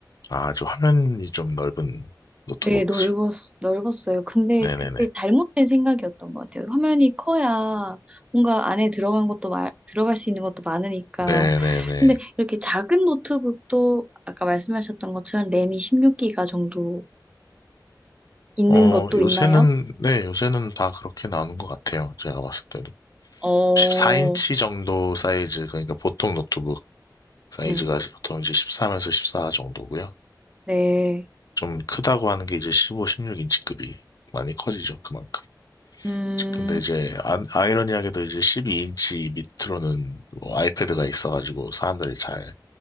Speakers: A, on the left; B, on the right.
A: 아, 저 화면이 좀 넓은 노트북이죠.
B: 네, 넓었, 넓었어요. 근데
A: 네네네.
B: 그때 잘못된 생각이었던 것 같아요. 화면이 커야 뭔가 안에 들어간 것도, 마- 들어갈 수 있는 것도 많으니까.
A: 네네네.
B: 근데 이렇게 작은 노트북도 아까 말씀하셨던 것처럼 램이 16기가 정도 있는
A: 어,
B: 것도
A: 요새는,
B: 있나요?
A: 네, 요새는 다 그렇게 나오는 것 같아요. 제가 봤을 때도.
B: 어,
A: 14인치 정도 사이즈, 그러니까 보통 노트북 사이즈가
B: 네.
A: 보통 이제 1 4에서 14 정도고요.
B: 네.
A: 좀 크다고 하는 게 이제 15, 16인치급이 많이 커지죠, 그만큼.
B: 음,
A: 근데 이제 아, 아이러니하게도 이제 12인치 밑으로는 뭐 아이패드가 있어가지고 사람들이 잘